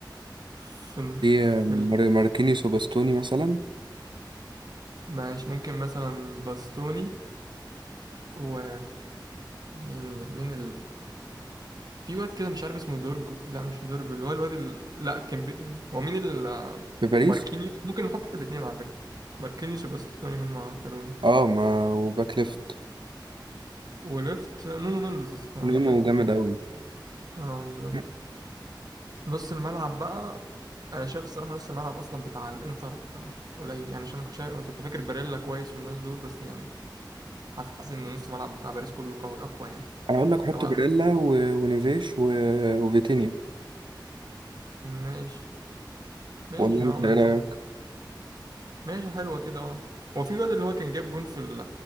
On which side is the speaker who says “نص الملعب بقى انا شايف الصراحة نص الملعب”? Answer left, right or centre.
Right